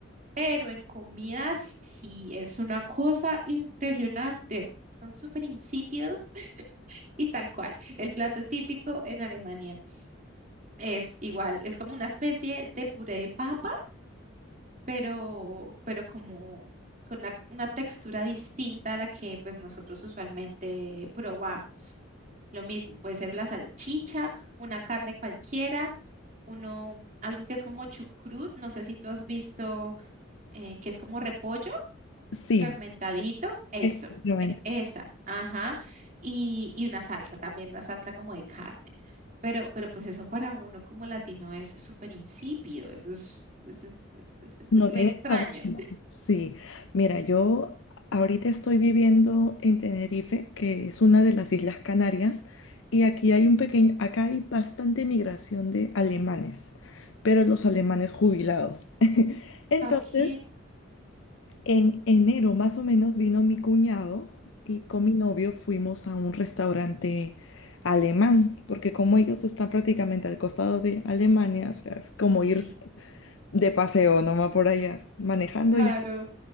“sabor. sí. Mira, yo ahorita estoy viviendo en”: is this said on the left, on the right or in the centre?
Left